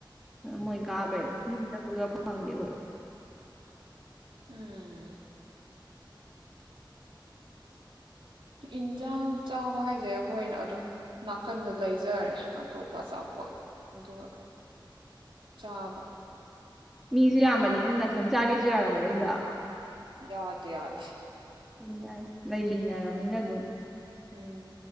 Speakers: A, in the centre; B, on the right.
A: ꯃꯣꯏ ꯀꯥꯕꯩ
B: ꯑꯣ ꯑꯣ
A: ꯌꯨꯝ ꯆꯠꯄꯒ ꯐꯪꯍꯪꯗꯦ ꯍꯣꯏ
B: ꯎꯝ ꯏꯟꯖꯥꯡ ꯆꯥꯕ ꯍꯥꯏꯁꯦ ꯑꯩꯈꯣꯏꯅ ꯑꯗꯨꯝ ꯅꯥꯀꯟꯗ ꯂꯩꯖꯔꯦ ꯑꯇꯣꯞꯄ ꯑꯆꯥꯄꯣꯠ ꯑꯗꯨꯒ ꯆꯥꯕ
A: ꯃꯤꯁꯨ ꯌꯥꯝꯕꯅꯤꯅ ꯅꯥꯊꯟ ꯆꯥꯒꯤꯁꯨ ꯌꯥꯔꯝꯃꯣꯏ ꯑꯗꯣ
B: ꯌꯥꯗꯦ ꯌꯥꯗꯦ
A: ꯎꯝ ꯖꯥꯏ ꯂꯩꯃꯤꯟꯅꯔꯕꯅꯤꯅ ꯑꯗꯨꯝ
B: ꯎꯝ